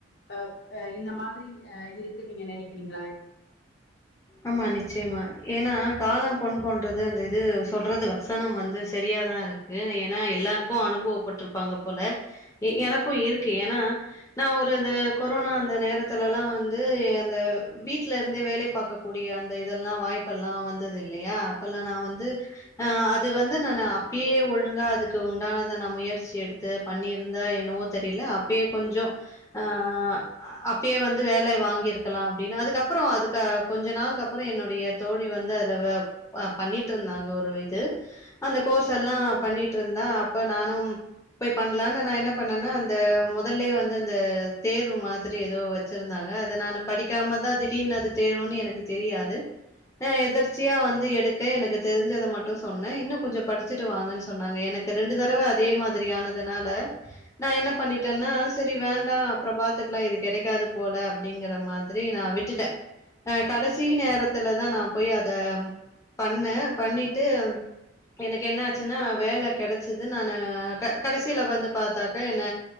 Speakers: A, on the left; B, on the left.
A: அப் அ இந்த மாதிரி அ இருக்குன் நீங்க நெனைக்கிறீங்களா
B: ஆமா நிச்சயமா ஏனா காலம் பொன் போன்றது அந்த இது சொல்றது வசனம் வந்து செரியாதா இருக்கு ஏனா எல்லாருக்கு அனுபவப்பட்ருப்பாங்க போல எ எனக்கு இருக்கு ஏனா நா ஒரு அந்த கொரோனா அந்த நேரத்துலலா வந்து அந்த வீட்ல இருந்தே வேலைய பாக்கக் கூடிய அந்த இதெல்லா வாய்ப்பெல்லா வந்தது இல்லையா அப்பலா நா வந்து ஆ அது வந்து நானு அப்பயே ஒழுங்கா அதுக்கு உண்டானத நா முயற்சி எடுத்து பண்ணிருந்தா என்னவோ தெரியல அப்பயே கொஞ்ச ஆ அ அப்பயே வந்து வேலைய வாங்கிருக்கலா அப்டின்னு அதுக்கப்றோ அதுக்கா கொஞ்ச நாளுக்கு அப்பற என்னுடைய தோழி வந்து அதுல வே ஆ பண்ணிட்ருந்தாங்க ஒரு இது அந்த கோர்ஸெல்லா பண்ணிட்ருந்தா அப்ப நானும் போய் பண்லானு நா என்ன பண்ணேனா அந்த மொதல்லயே வந்து அந்த தேர்வு மாதிரி எதோ வச் ச்சிருந்தாங்க அத நானு படிக்காம தா திடீர்னு அது தேர்வுன்னு எனக்கு தெரியாது அ எதிர்ச்சியா வந்து எடுக்க எனக்கு தெரிஞ்சத மட்டு சொன்னே இன்னு கொஞ்ச படிச்சுட்டு வாங்கன் சொன்னாங்க எனக்கு அ ரெண்டு தடவ அதே மாதிரியானதுனால நா என்ன பண்ணிட்டேன்னா சேரி வேண்டா அப்பற பாத்துக்கலா இது கெடைக்காது போல அப்டிங்கிற மாதி திரி நா விட்டுட்டே அ கடைசி நேரத்துலதா நா போய் அத பண்ணே பண்ணிட்டு எனக்கு என்ன ஆச்சுனா வேல கெடச்சது நானு க கடைசில வந்து பாத்தாக்கா என்ன